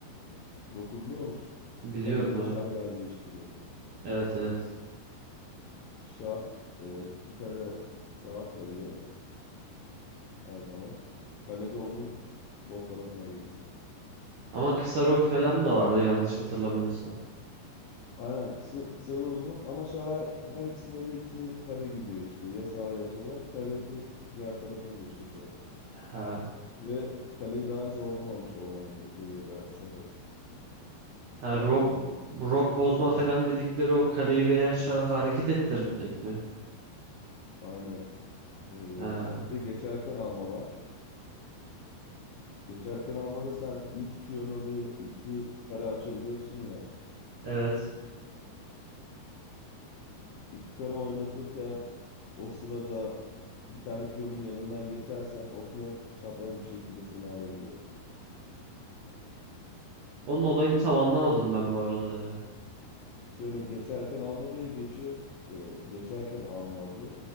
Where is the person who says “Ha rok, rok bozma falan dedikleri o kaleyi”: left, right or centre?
Right